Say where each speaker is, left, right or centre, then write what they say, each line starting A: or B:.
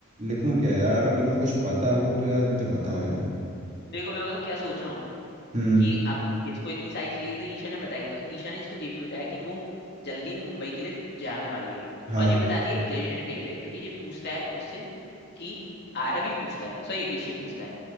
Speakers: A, on the right; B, on the left.
A: लिखूं क्या यार अगर तुम्हें कुछ पता हो तो यार मुझे बताओ यार
B: देखो मैं बताऊँ क्या सोच रहा हूँ
A: हम्म
B: कि अब इसको इतनी सारी चीजें तो ईशा ने बताई तो ईशा ने इसको ये भी बताया कि वो जल्दी मुंबई के लिए जाने वाली है
A: हाँ
B: और ये बताती है ग्रेजुएशन डे पे क्योंकि ये पूछता है उससे कि आरवी पूछता है सॉरी ऋषि पूछता है